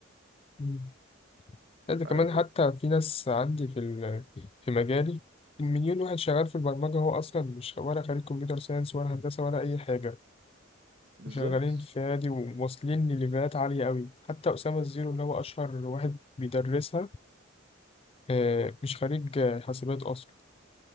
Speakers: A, on the left (about 25°); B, on the right (about 50°).
A: مم. لا
B: فعارف
A: ده كمان حتى
B: انت
A: في ناس عندي في ال- في مجالي المليون واحد شغال في البرمجة هو أصلا مش ولا خريج كمبيوتر ساينس ولا هندسة ولا أي حاجة
B: بالظبط
A: شغالين في نادي وواصلين لليفلات عالية قوي حتى أسامة الزيرو اللي هو أشهر واحد بيدرسها آه، مش خريج آه، حاسبات أصلا